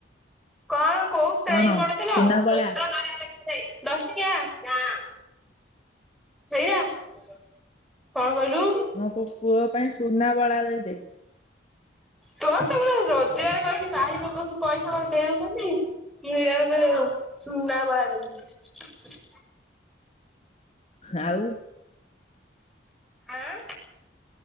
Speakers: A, in the centre; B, on the left.
A: କଣ କୋଉ
B: କଣ
A: ଏଇ ବଡ ତେଲ
B: ସୁନା
A: ଦଶ
B: ବଳା
A: ଟଙ୍କିଆ ଟେ। ସେଇରା କଣ କହିଲୁ।
B: ମୋ ପୁଅ ପାଇଁ ସୁନା ବଳା ଟେ ଦେ।
A: ତୋର ତ ପେ ରୋଜଗାର କରିକି ବାହି ପକଉଛି ପଇସା ମତେ ଦେଇଦବୁନି କି। <inaudible> ସୁନା ବଳା ଦେବି।
B: ଆଉ।
A: ଆଁ।